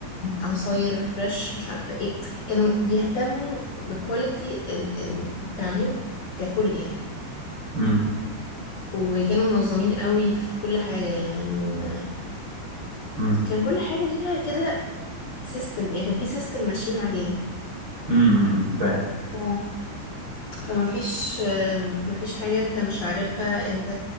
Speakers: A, on the left; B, on the right.
A: العصاير فريش مش عارفة ايه كانوا بيهتموا بكواليتي ال- ال- التعليم ككل يعني
B: امم
A: وكانوا منظمين قوي في كل حاجة يعني ما
B: امم
A: كان كل حاجة ليها كده سيستم يعني كان في سيستم ماشيين عليه
B: امم فاهم
A: ف... فما فيش ما فيش حاجة انت مش عارفها انت